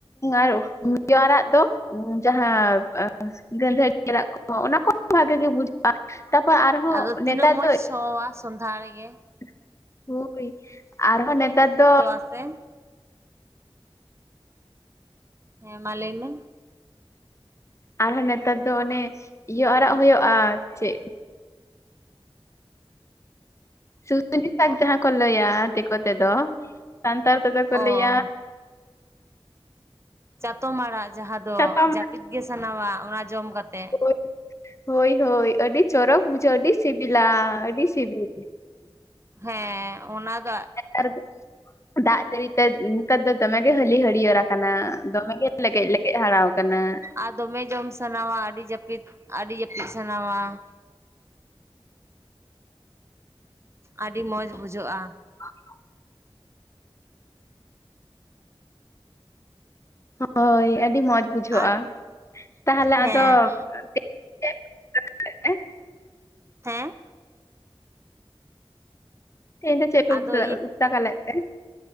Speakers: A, on the left; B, on the right.
A: ᱟᱨ ᱢᱩᱱᱜᱟᱹ ᱟᱲᱟᱜ ᱫᱚ ᱩᱸ ᱡᱟᱦᱟᱸ ᱜᱟᱺᱫᱷᱟᱹᱨᱤ ᱟᱲᱟᱜ ᱠᱚᱸ ᱚᱱᱟ ᱠᱚᱦᱚᱸ ᱵᱷᱟᱹᱜᱤ ᱜᱮ ᱵᱩᱡᱷᱟᱹᱜ ᱟ, ᱛᱟᱯᱚᱨ ᱟᱨᱦᱚᱸ
B: ᱟᱫᱚ ᱛᱤᱱᱟᱹᱜ
A: ᱱᱮᱛᱟᱨ
B: ᱢᱚᱡᱽ
A: ᱫᱚ
B: ᱥᱚᱣᱟ ᱥᱚᱸᱫᱷᱟᱲ ᱜᱮ
A: <unintelligible> ᱟᱨᱦᱚᱸ ᱱᱮᱛᱟᱨ ᱫᱚ
B: ᱥᱮᱱ ᱦᱮᱸ ᱢᱟ ᱞᱟᱹᱭ ᱢᱮ
A: ᱟᱨᱦᱚᱸ ᱱᱮᱛᱟᱨ ᱫᱚ ᱚᱱᱮ ᱤᱭᱟᱹ ᱟᱲᱟᱜ ᱦᱩᱭᱩᱜᱼᱟ ᱪᱮᱫ ᱥᱩᱥᱩᱱᱤ ᱥᱟᱠ ᱡᱟᱦᱟᱸ ᱠᱚ ᱞᱟᱹᱭᱟ ᱫᱤᱠᱩ ᱛᱮᱫᱚ, ᱥᱟᱱᱛᱟᱲ ᱛᱮᱫᱚ ᱠᱚ
B: ᱚ
A: ᱞᱟᱹᱭᱟ
B: ᱪᱟᱛᱚᱢ ᱟᱲᱟᱜ ᱡᱟᱦᱟᱸ ᱫᱚ
A: ᱪᱟᱛᱚᱢ
B: ᱡᱟᱹᱯᱤᱫ ᱜᱮ ᱥᱟᱱᱟᱣᱟ ᱚᱱᱟ ᱡᱚᱢ ᱠᱟᱛᱮᱜ
A: ᱦᱳᱭ, ᱦᱳᱭ ᱦᱳᱭ ᱟᱹᱰᱤ ᱪᱚᱨᱚᱠ ᱵᱩᱡᱷᱟᱹᱜᱼᱟ ᱟᱹᱰᱤ ᱥᱤᱵᱤᱞᱟ ᱟᱹᱰᱤ ᱥᱤᱵᱤᱞ᱾
B: ᱦᱮᱸ ᱚᱱᱟ ᱫᱚ
A: ᱟᱨ ᱫᱟᱜ ᱡᱟᱹᱲᱤᱛᱮ ᱱᱮᱛᱟᱨ ᱫᱚ ᱫᱚᱢᱮᱜᱮ ᱦᱟᱹᱞᱤ ᱦᱟᱹᱨᱭᱟᱹᱲ ᱟᱠᱟᱱᱟ ᱫᱚᱢᱮ ᱜᱮ ᱞᱮᱜᱮᱡ ᱞᱮᱜᱮᱡ ᱦᱟᱨᱟᱣᱟᱠᱟᱱᱟ᱾
B: ᱟᱨ ᱫᱚᱢᱮ ᱡᱚᱢ ᱥᱟᱱᱟᱣᱟ ᱟᱹᱰᱤ ᱡᱟᱹᱯᱤᱫ ᱟᱹᱰᱤ ᱡᱟᱹᱯᱤᱫ ᱥᱟᱱᱟᱣᱟ᱾ ᱟᱹᱰᱤ ᱢᱚᱡᱽ ᱵᱩᱡᱷᱟᱹᱜᱼᱟ
A: <unintelligible> ᱦᱳᱭ ᱟᱹᱰᱤ ᱢᱚᱸᱡᱽ ᱵᱩᱡᱷᱟᱹᱜᱼᱟ
B: ᱟᱨ
A: ᱛᱟᱦᱞᱮ
B: ᱦᱮᱸ
A: ᱟᱫᱚ <unintelligible>
B: ᱦᱮᱸ?
A: ᱛᱮᱦᱮᱧ ᱫᱚ ᱪᱮᱫ ᱯᱮ
B: ᱟᱫᱚ
A: ᱩᱛᱩᱫᱟ ᱩᱛᱩ ᱫᱟᱠᱟ ᱞᱮᱫ ᱛᱮ